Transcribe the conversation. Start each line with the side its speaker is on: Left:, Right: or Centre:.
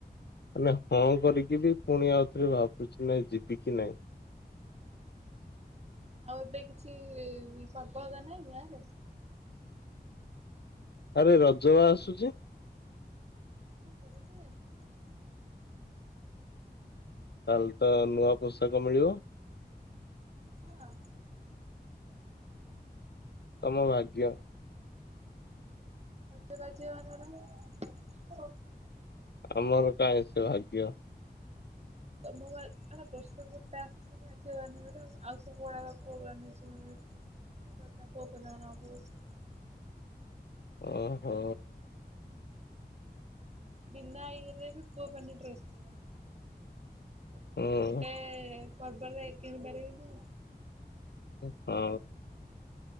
Left: ହେଲା ହଁ କରିକି ବି ପୁଣି ଆଉଥରେ ଭାବୁଚି ନାଇଁ ଯିବି କିି ନାଇଁ
Right: ଆଉ ଏବେ କିଛି ପର୍ବ ହେବାର ନାଇଁ ଗାଁରେ?
Left: ଆରେ ରଜ ବା ଆସୁଚି।
Right: ହଁ <unintelligible> ଏତି ରଜ
Left: ତାହଲେ ତ ନୂଆ ପୋଷାକ ମିଳିବ।
Right: ହଁ।
Left: ତମ ଭାଗ୍ୟ।
Right: ର ବାଜି ମାନର <unintelligible>
Left: ଆମର କାଇଁ ସେ ଭାଗ୍ୟ?
Right: ମୋ ଆ ବର୍ଷ ଗଟା ଆସିଥିଲା ଯେ ଝିଅ ବାହାଘର ଆଉ ସବୁ <unintelligible> ପୁଅ ଝିଅମାନେ ବାହା ଏଥର <unintelligible>
Left: ଓ ହୋ।
Right: ବିନା ଇଏ ରେ ବି ପୁଅ ମାନେ ଡ୍ରେସ <unintelligible> ଆଉ
Left: ହୁଁ
Right: ଗୋଟେ କେ ପର୍ବରେ କିଣିିବାରିବେନି।
Left: ଓ ହୋ।